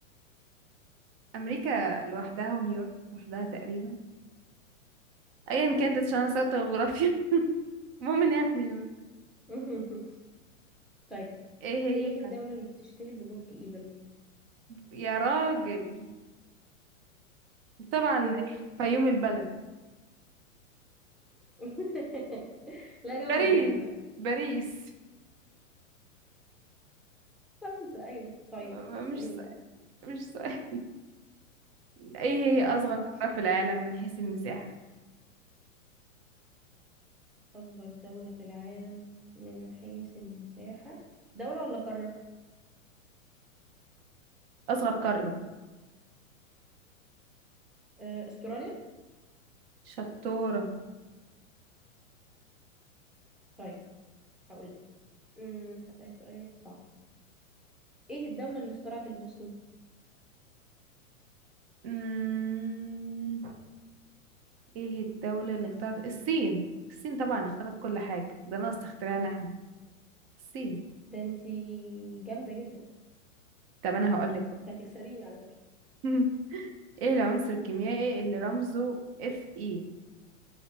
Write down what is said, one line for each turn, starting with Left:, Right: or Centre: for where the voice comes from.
Right: أمريكا لوحدها ونيويورك لوحدها تقريبا ايا كانت عشان انا ساقطة جغرافيا <laughs> المهم انها في نيويورك
Centre: <laughs> طيب
Right: ايه هي
Centre: ايه الدولة اللي بتشتهر ببرج ايفل
Right: يا راجل طبعا
Centre: مم.
Right: فيوم البلد
Centre: <laughs> لا جاوبي
Right: باريس
Centre: بجد بقى
Right: باريس
Centre: فرنسا ايوه طيب
Right: <laughs>
Centre: اسأليني
Right: مش سهل مش سهل ايه هي اصغر
Centre: <laughs>
Right: قارة في العالم من حيث المساحة
Centre: اصغر دولة في العالم من حيث المساحة دولة ولا قارة
Right: اصغر قارة
Centre: آه، استراليا
Right: شطورة
Centre: طيب هقولك امم هسألك سؤال صعب ايه الدولة اللي اخترعت البوصلة
Right: أمم، ايه الدولة اللي اخترعت الصين الصين طبعا اخترعت كل حاجة ده ناقص اختراعنا احنا الصين
Centre: ده انتي جامدة جدا
Right: طب انا هقولك بقى
Centre: انتي هتكسبيني على فكرة
Right: <laughs> ايه العنصر الكيميائي اللي
Centre: مم.
Right: رمزه اف اي